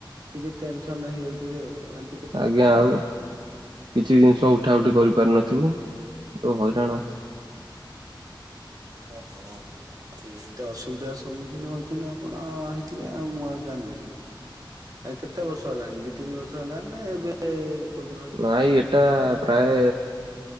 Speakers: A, on the right (about 45°); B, on the right (about 65°).
A: ଟିକେ ଟେନସନ ହେଇଯାଉଥିବେ ଅନ
B: ଆଜ୍ଞା ଆଉ କିଛି ଜିନିଷ ଉଠା ଉଠି କରିପାରିନଥିବୁ ଯୋଉ ହଇରାଣ।
A: ଓହୋ। ଆ ଏତେ ଅସୁବିଧାର ସମ୍ମୁଖୀନ ହଉଛନ୍ତିନି ଆପଣ ହେଇଥିଲେ ଆଉ ମୁଁ ଆଉ ଜାଣିନି। ଆ କେତେ ବର୍ଷ ହେଲାଣି ଦି ତିନି ବର୍ଷ ହେଲାଣି ନା ଏବେ କୋଉଦିନ ହେଇଥିଲା।
B: ନାଇଁ ଏଟା। ପ୍ରାୟ